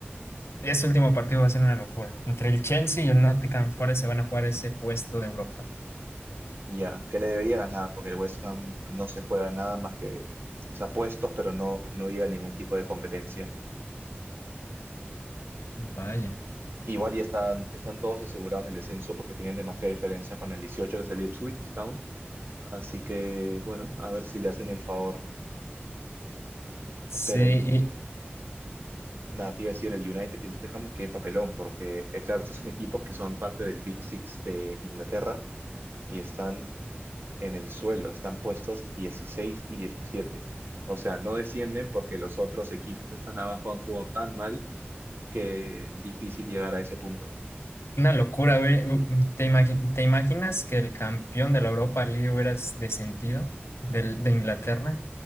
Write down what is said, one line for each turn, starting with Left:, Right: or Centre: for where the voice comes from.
Left: ese último partido va a ser una locura. Entre el Chelsea y el Nottingham Forest se van a jugar ese puesto de Europa.
Right: ya, que le debería ganar, porque el West Ham no se juega nada más que, o sea, puestos, pero no, no llega a ningún tipo de competencia.
Left: Vaya.
Right: Igual ya están, están todos asegurados del descenso porque tienen demasiada diferencia con el 18, que es el Ipswich Town. Así que, bueno, a ver si le hacen el favor.
Left: Sí,
Right: Pero el, nada, te iba a decir, el United y el Tottenham, qué papelón, porque, eh, claro, estos son equipos que son parte del Big Six de Inglaterra y están en el suelo, están puestos 16 y 17. O sea, no descienden porque los otros equipos que están abajo han jugado tan mal que difícil llegar a ese punto.
Left: Una locura, güey. ¿Te imagi- te imaginas que el campeón de la Europa League hubiera descendido del- de Inglaterra?